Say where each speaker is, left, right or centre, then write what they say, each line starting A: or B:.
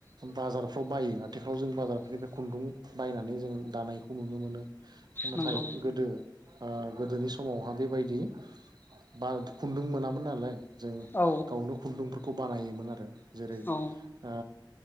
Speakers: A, on the right; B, on the left.
A: बाजारफोराव बायो। आथिखालाव जों बाजारफोरनिफ्राय खुन्दुं बायनानै जोंङो दानायखौ नुनो मोनो। नाथाय
B: नंगौ
A: गोदो, ओ गोदोनि समावहाय बेबायदि बा खुन्दुं मोनामोन नालाय, जों
B: औ
A: गावनो खुन्दुंफोरखौ बानायोमोन आरो। जेरै-
B: औ
A: ओ